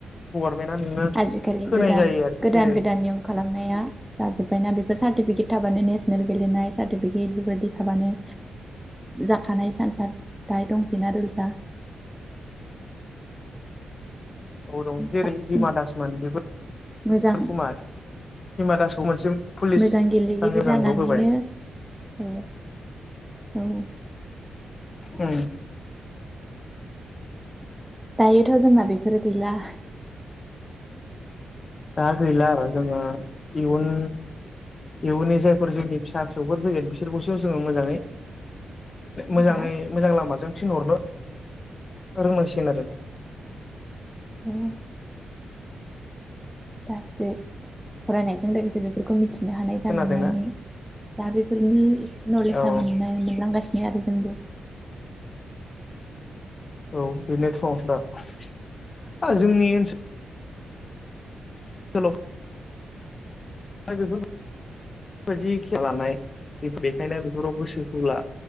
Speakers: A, on the left; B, in the centre.
A: गभारनमेन्टआ नोंनो
B: आजिखालि
A: होनाय
B: गोदान
A: जायो आरो
B: गोदान
A: जेरै
B: गोदान नियम खालामनाया जाजोब्बायना बेफोर सार्टिफिकेट थाबानो नेसनेल गेलेनाय सार्टिफिकेट बेबायदि थाबानो जाखानाय सान्स गाय दंसैना रुलसा
A: औ दं जेरै
B: थाबसिन
A: हिमा दास मोन बेफोर
B: मोजां
A: बकुमार हिमा दासखौ मोनसे पुलिस
B: मोजां गेलेगिरि
A: साननि मोजांल'
B: जानानैनो
A: होबाय
B: औ औ
A: उ
B: दायोथ' जोंना बेफोरो गैला
A: दा गैला आरो जोङो इयुन इयुननि जायफोर जोंनि फिसा फिसौफोर फैगोन बिसोरखौसो जोङो मोजाङै मोजाङै
B: दा
A: मोजां लामाजों थन हरनो रोंनांसिगोन आरो
B: औ दासो फरायनायजों लोगोसे बेफोरखौ मिथि बिनो हानाय जालांनानै
A: खोनादोंना
B: दा बेफोरनि नलेजा
A: औ
B: मोन मोनलांगासिनो बि आरो जोंबो
A: औ बेनोथ' दा जोंनि ओनसोल सेल' द बेफोर बेबायदि खे लानाय बेखायनो बेफोराव गोसो होला